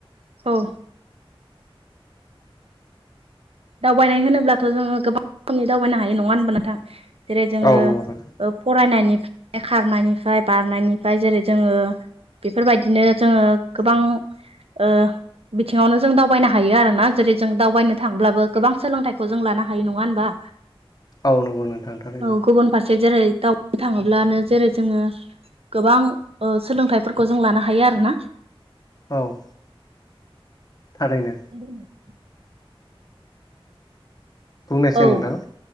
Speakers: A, on the right; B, on the left.
A: औ दावबायनाय होनोब्लाथ' जोङो गोबां खोमनि दावबायनो हायो नङा होनबा नोंथां। जेरै जोङो
B: औ नंगौ नोंथां
A: ओ फरायनायनिफ्राय खारनायनिफाय बारनायनिफाय जेरै जोङो बेफोरबायदिनो जोङो गोबां ओ बिथिङावनो जों दावबायनो हायो आरोना। जेरै जों दावबायनो थांब्लाबो गोबां सोलोंथाइखौ जों लानो हायो नङा होमबा।
B: औ नंगौ नोंथां थारैनो
A: औ गुबुन फारसे जेरै दाव ओ थाङोब्लानो जेरै जोङो गोबां ओ सोलोंथाइफोरखौ जों लानो हायो आरो ना।
B: औ थारैनो
A: ओम <inaudible>
B: बुंनायसै
A: औ
B: नोंथां